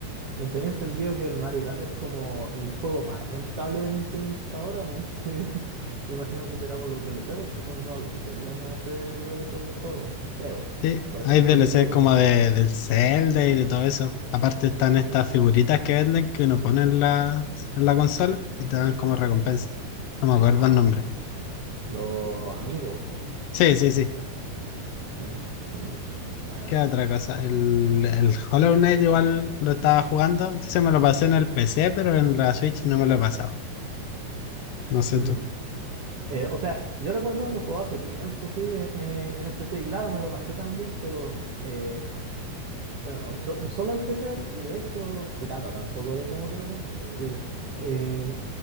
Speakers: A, on the right (about 60°); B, on the left (about 85°).
A: eh, tenía entendido que el Mario Kart es como el juego más rentable de Nintendo hasta ahora, porque <laughs> imagino que será por los DLC, porque son no acostumbran a hacer DLC en los juegos, creo.
B: Sí,
A: Corrígeme
B: hay DLC
A: si me equivoco,
B: como
A: pero no.
B: de,
A: no, no.
B: del Zelda y de todo eso. Aparte están estas figuritas que venden que uno pone en la, en la consola y te dan como recompensa. No me acuerdo
A: Ah,
B: el nombre.
A: los amigos. mm.
B: Sí, sí, sí.
A: Mm, Mish, bueno.
B: ¿Qué otra cosa? El, el Hollow Knight igual lo estaba jugando. Ese me lo pasé en el PC, pero en la Switch no me lo he pasado. No
A: Mm.
B: sé tú.
A: Eh, o sea, yo recuerdo haberlo jugado hace tiempo, sí, eh, eh, en el PC, y claro, me lo pasé también, pero, eh, pero no, so- solo en PC, y de hecho, pirata, tampoco lo, como que lo compré. Eh, eh,